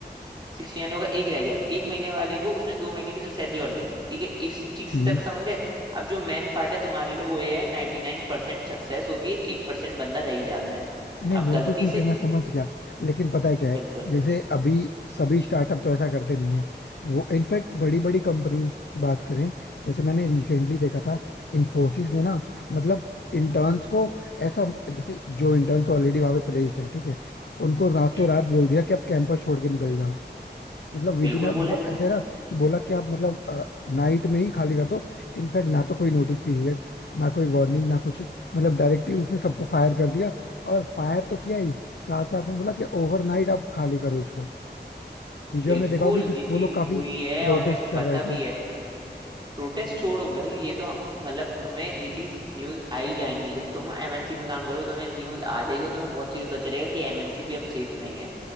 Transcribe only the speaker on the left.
हम्म
नहीं
वो
तो ठीक
है मैं समझ गया लेकिन पता है क्या है
जैसे अभी सभी स्टार्टअप तो ऐसा करते नहीं है वो इनफैक्ट बड़ी बड़ी कंपनीज की बात करें जैसे मैंने रिसेंटली देखा था इन्फोसिस ने ना मतलब इंटर्न्स को ऐसा जैसे जो इंटर्न्स ऑलरेडी वहां पे प्लेस्ड है ठीक है उनको रातों
रात बोल दिया कि आप कैंपस छोड़ के निकल जाओ मतलब विदिन
मतलब
ऐसा है ना कि बोला कि आप मतलब नाइट में ही खाली कर दो इनफैक्ट ना तो कोई नोटिस पीरियड ना कोई वार्निंग ना कुछ मतलब डायरेक्टली उसने सबको फायर कर दिया और फायर तो किया ही साथ साथ में बोला कि ओवरनाइट आप खाली करो इसको बीच में
हमने देखा होगा कि
वो लोग काफी
प्रोटेस्ट
कर रहे थे